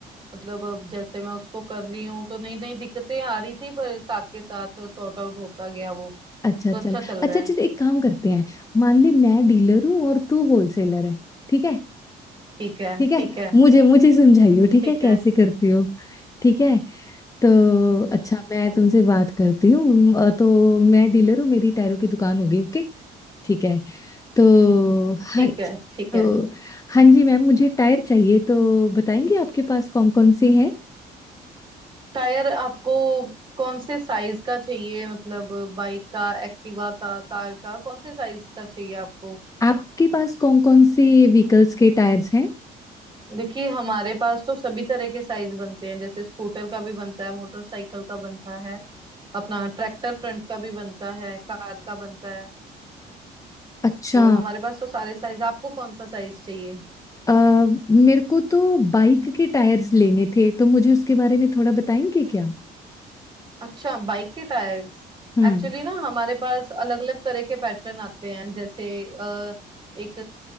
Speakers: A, on the right; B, on the left.
A: मतलब अब जैसे मैं उसको कर रही हूँ तो नई नई दिक्कतें आ रही थी पर साथ के साथ सॉर्ट आउट होता गया वो
B: अच्छा
A: तो
B: चल
A: अच्छा चल
B: अच्छा
A: रहा
B: अच्छा
A: है
B: तो एक काम करते हैं मान ले मैं डीलर हूँ और तू होलसेलर है ठीक है
A: ठीक है
B: ठीक है
A: ठीक है
B: मुझे मुझे समझाइयो ठीक
A: ठीक
B: है कैसे
A: है
B: करती हो ठीक है तो अच्छा मैं तुमसे बात करती हूँ अ, तो मैं डीलर हूँ मेरी टायरों की दुकान होगी ओके ठीक है तो हाँ
A: ठीक है ठीक
B: तो
A: है
B: हाँ जी मैम मुझे टायर चाहिए तो बताएंगे आपके पास कौन कौन से हैं
A: टायर आपको कौन से साइज का चाहिए मतलब बाइक का एक्टिवा का कार का कौन से साइज का चाहिए आपको
B: आपके पास कौन कौन से व्हीकल्स के टायर्स हैं
A: देखिए हमारे पास तो सभी तरह के साइज बनते हैं जैसे स्कूटर का भी बनता है मोटरसाइकिल का बनता है अपना ट्रैक्टर फ्रंट का भी बनता है कार का बनता है
B: अच्छा
A: तो हमारे पास तो सारे साइज आपको कौन सा साइज चाहिए
B: अ, मेरे को तो बाइक के टायर्स लेने थे तो मुझे उसके बारे में थोड़ा बताएंगे क्या
A: अच्छा बाइक के टायर्स
B: हम्म
A: एक्चुअली ना हमारे पास अलग अलग तरह के पैटर्न आते हैं जैसे अ, एक